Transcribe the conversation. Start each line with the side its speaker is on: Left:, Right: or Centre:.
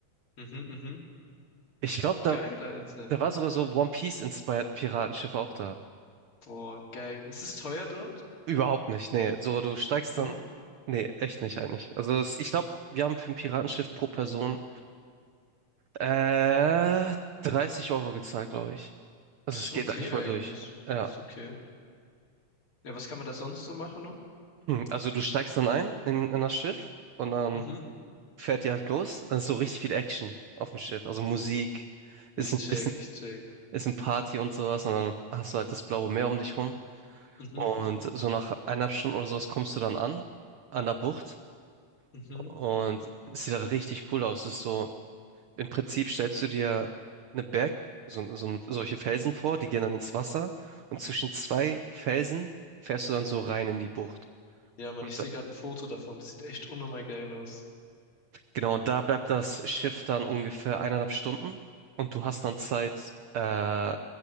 Left: Mhm, mhm.
Right: Ich glaube, da,
Left: Geil, Alter.
Right: da war sogar so One Piece-inspired Piratenschiff auch da.
Left: Boah, geil. Ist es teuer dort?
Right: Überhaupt nicht, nee. So, du steigst
Left: Überhaupt?
Right: dann. Nee, echt nicht eigentlich. Also es, ich glaube, wir haben für ein Piratenschiff pro Person äh, 30 Euro gezahlt, glaube ich. Also
Left: Das
Right: es
Left: ist
Right: geht
Left: okay
Right: eigentlich voll
Left: eigentlich.
Right: durch. Ja.
Left: Ist
Right: <clears throat>
Left: okay. Ja, was kann man da sonst so machen noch?
Right: Also du steigst dann ein in, in das Schiff und dann
Left: Mhm.
Right: fährt ihr halt los. Dann ist so richtig viel Action auf dem Schiff. Also Musik,
Left: Ich
Right: ist ein
Left: check,
Right: bisschen,
Left: ich check.
Right: ist ein Party und sowas. Und dann hast du halt das blaue Meer um dich rum.
Left: Mhm,
Right: Und so nach eineinhalb Stunden oder sowas kommst du dann an, an der Bucht.
Left: mhm.
Right: Und es sieht halt richtig cool aus. Es ist so. im Prinzip stellst du dir eine Berg, so, so, solche Felsen vor, die gehen dann ins Wasser und zwischen zwei Felsen fährst du dann so rein in die Bucht.
Left: Ja, Mann,
Right: Und
Left: ich
Right: da,
Left: sehe gerade ein Foto davon. Das sieht echt unnormal geil aus.
Right: genau, und da bleibt das Schiff dann ungefähr eineinhalb Stunden und du hast dann Zeit, äh,